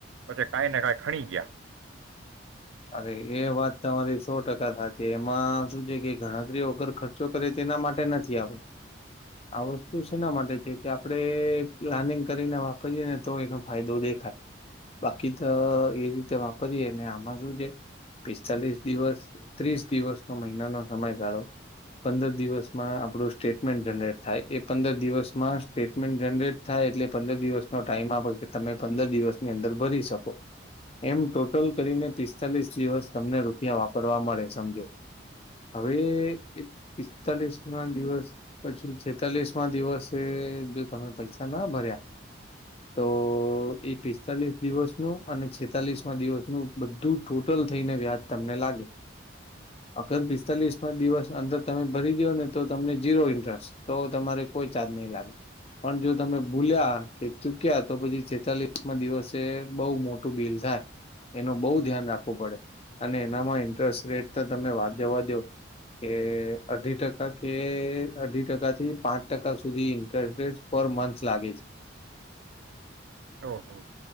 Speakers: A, on the right; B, on the left.
A: પછી, કાંઈને કાંઈ ખણી ગયા.
B: અરે એ વાત તમારી સો ટકા સાચી એ એમાં શું છે, કે ગણતરી વગર ખર્ચો કરે તેના માટે નથી. આ વસ્ત આ વસ્તુ શેના માટે છે, કે આપણેે પ્લાનિંગ કરીને વાપરીયએ, ને તો એનો ફાયદો દેખાય. બાકી તો, એ રીતે વાપરીએ ને આમાં શું પિસ્તાલીસ દિવસ, ત્રીસ દિવસ, નવ મહિના નો સમયગાળો પંદર દિવસમાં આપણું સ્ટેટમેન્ટ જનરેટ થાય. એ પંદર દિવસમાં સ્ટેટમેન્ટ જનરેટ થાય, એટલે પંદર દિવસ. નો ટાઈમ આપે. કે, તમે પંદર દિવસ ની અંદર ભરી શકો. એમ ટોટલ કરીને પ પિસ્તાલીસ દિવસ તમને રૂપિયા વાપરવા મળે સમજો. હવે, પિસ્તાલીસમાં દિવસ પછી, છેતાલીસ દિવસે જો તમે પૈસા ના ભર્યા, તો એ પિસ્તાલીસ દિવસનું અને છેતાલીસ દિવસનું બધું જ ટોટલ થઈને, વ્યાજ તમને લાગે. અગર પિસ્તાલીસમાં દિવસ અંદર તમે ભરી દો ને તો તમને ઝીરો ઇન્ટરેસ્ટ તો તમારે કોઈ ચાર્જ નહીં લાગે. પણ, જો તમે ભૂલ્યા કે ચૂક્યા તો પછી, છેતાલીસ દિવસે બહુ મોટું બિલ થાય એનું બહુ ધ્યાન રાખો. પડે. અને એનામાં ઇન્ટરેસ્ટ રેટ તમે વાત જવા દો કે અઢી ટકા કે, અઢી ટકા થી પાંચ ટકા સુધી ઇન્ટરેસ્ટે પર મંથ લાગે છે.
A: ઓહ,